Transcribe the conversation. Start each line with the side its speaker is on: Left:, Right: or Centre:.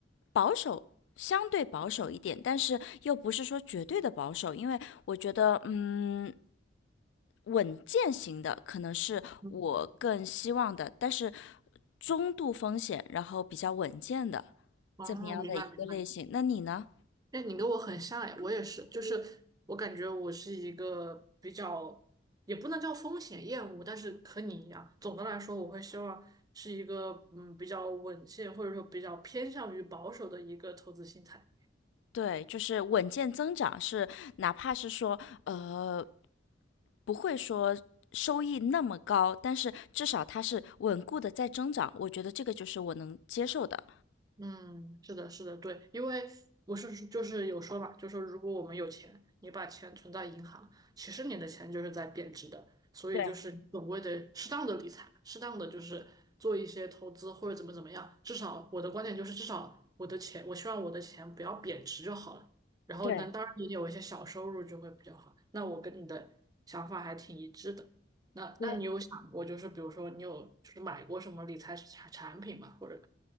Left: 保守，相对保守一点，但是又不是说绝对的保守，因为我觉得，嗯，稳健型的可能是我更希望的，
Right: 的嗯，
Left: 但是中度风险，然后比较稳健的。
Right: 哦，
Left: 怎么样的一个类型？
Right: 明白明白，
Left: 那你呢？
Right: 哎，你跟我很像哎，我也是，就是我感觉我是一个比较，也不能叫风险厌恶，但是和你一样，总的来说，我会希望是一个嗯比较稳健，或者说比较偏向于保守的一个投资心态。
Left: 对，就是稳健增长是，哪怕是说呃不会说收益那么高，但是至少它是稳固的在增长，我觉得这个就是我能接受的。
Right: 嗯，是的，是的，对，因为我是说就是有说嘛，就说如果我们有钱，你把钱存在银行，其实你的钱就是在贬值的，所以就是你总归得适当的理财，
Left: 对
Right: 适当的就是做一些投资或者怎么怎么样，至少我的观点就是至少我的钱，我希望我的钱不要贬值就好了，然后能当然你有一些小收入就会比较好，
Left: 对
Right: 那我跟你的想法还挺一致的。那那你有想过，
Left: 对。
Right: 就是比如说你有就是买过什么理财产产品吗？或者